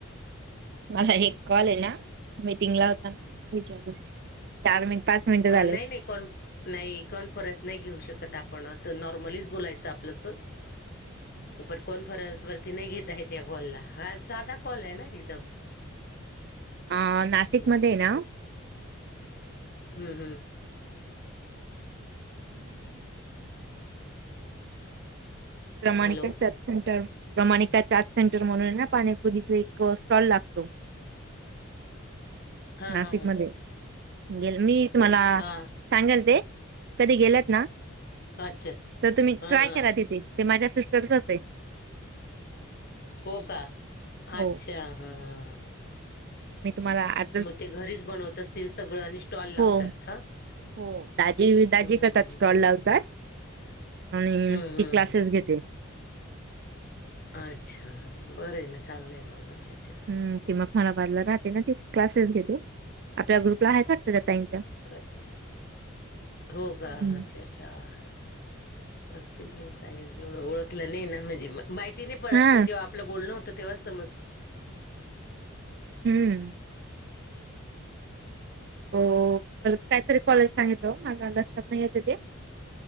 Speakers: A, on the right; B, on the left.
A: मला एक कॉल आहे ना मीटिंगला होता नाण विचार चार मिनट पाच मिनिटं
B: अ
A: झाले.
B: नाही नाही कोण <unintelligible> नाही कॉन्फरस नाही घेऊ शकत आपण असं नॉर्मलीच बोलायचं आपलंस. पण कॉन्फरन्स वरती नाही घेत आहेत या कॉलला साधा कॉल आहे ना एकदम.
A: अ नाशिकमध्ये
B: अस
A: हाय ना.
B: हम्म हम्म.
A: काय नाय करत. प्रमाण
B: हॅलो
A: आहे काय त्यात. प्रमाणिका चाट सेंटर म्हणून आहे ना पाणीपुरीच एक स्टॉल लागतो.
B: हा
A: नाशिक
B: हा ह
A: मध्ये गेल मी तुम्हाला.
B: हा
A: सांगल ते कधी गेलत ना
B: अच्छा
A: तर तुम्ही
B: हा
A: ट्राय
B: हा
A: करा तेथे. ते माझ्या सिस्टरचच हाय.
B: हो का
A: हो
B: अच्छा हा हा हा.
A: मी तुम्हाला आठ ''--''
B: मग ते घरीच बनवत असतील सगळं आणि स्टॉल लावतात
A: हो
B: का.
A: हो दाजी- दाजी
B: हम्म
A: करतात
B: हम्म.
A: स्टॉल लावतात. आणि
B: हम्म
A: ती
B: हम्म.
A: क्लासेस घेते.
B: अच्छा बरं आहे ना चांगलं आहे मग अच्छा. अच्छा.
A: हम् ते मग मला बारला राहते ना ते क्लासेस घेते आपल्या ग्रुपला आहे वाटतं त्या ताईच्या.
B: आता काय हो का
A: हम्म
B: अच्छा. अच्छा असतील मग काही एवढं ओळखलं नाही ना म्हजे माहित. तिने पडत
A: हा
B: नाही जेव्हा आपलं बोलणं होतं तेव्हा समजत.
A: हम्म. अ बर काहीतरी कॉलेज सागितलं मला लक्षात नाहीय तिथे ते.